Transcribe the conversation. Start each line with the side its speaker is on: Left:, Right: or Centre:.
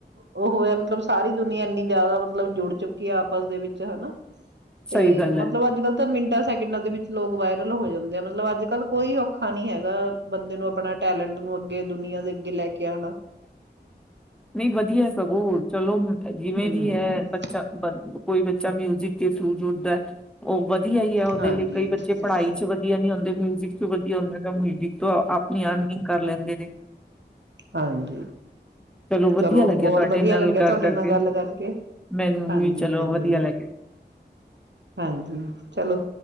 Right: ਉਹ ਹੈ ਮਤਲਬ ਸਾਰੀ ਦੁਨੀੀਆਂ ਇੰਨੀ ਜ਼ਿਆਦਾ ਮਤਲਬ ਜੁੜ ਚੁੱਕੀ ਹੈ ਆਪਸ ਦੇ ਵਿੱਚ ਹਨਾ ਤੇ
Centre: ਸਹੀ ਗੱਲ ਹੈ।
Right: ਮਤਲਬ ਅੱਜ ਕੱਲ ਤਾਂ ਮਿੰਟਾਂ ਸੈਕਿੰਡਾਂ ਦੇ ਵਿੱਚ ਲੋਕ ਵਏ ਹੋ ਜਾਂਦੇ ਆ, ਮਤਲਬ ਅੱਜ ਕੱਲ ਕੋਈ ਔਖਾ ਨੀ ਹੈਗਾ, ਬੰਦੇ ਨੂੰ ਆਪਣਾ ਟੈਲੈਂਟ ਨੂੰ ਅੱਗੇ ਦੁਨੀਆਂ ਦੇ ਅੱਗੇ ਲੈ ਕੇ ਆਣਾ
Centre: ਨਹੀਂ ਵਧੀਆ ਸਗੋਂ, ਹੋਰ ਚਲੋ ਜਿਵੇਂ
Right: ਹਮ
Centre: ਵੀ ਹੈ, ਬੱਚਾ ਬ ਕੋਈ ਬੱਚਾ ਮਿਊਜਿਕ ਦੇ ਥਰੂ ਜੁੜਦਾ ਉਹ ਵਧੀਆ ਹੀ ਆ, ਉਹਦੇ
Right: ਹਾਂਜੀ
Centre: ਲਈ ਕਈ ਬੱਚੇ
Right: ਇਹ
Centre: ਪੜ੍ਹਾਈ
Right: ਤਾਂ ਹੈ
Centre: ਚ ਵਧੀਆ ਨੀ ਹੁੰਦੇ ਵਧੀਆ ਹੁੰ ਮਿਊਜ਼ਿਕ ਤੋਂ ਆਪਣੀ ਅਰਲਇੰਗ ਕਰ ਲੈਂਦੇ ਨੇ।
Right: ਹਾਂਜੀ।
Centre: ਵਧੀਆ
Right: ਚਲੋ
Centre: ਲੱਗਿਆ
Right: ਬਹੁਤ
Centre: ਤੁਹਾਡੇ
Right: ਵਧੀਆ
Centre: ਨਾਲ
Right: ਲੱਗਿਆ,
Centre: ਗੱਲ
Right: ਤੁਹਾਡੇ
Centre: ਕਰਕੇ
Right: ਨਾਲ ਗੱਲ ਕਰਕੇ
Centre: ਮੈਨੂੰ
Right: ਹਾਂਜੀ
Centre: ਵੀ ਚਲੋ
Right: ਮੈਨੂੰ
Centre: ਵਧੀਆ
Right: ਵੀ,
Centre: ਲੱਗਿਆ
Right: ਹਾਂਜੀ ਚਲੋ।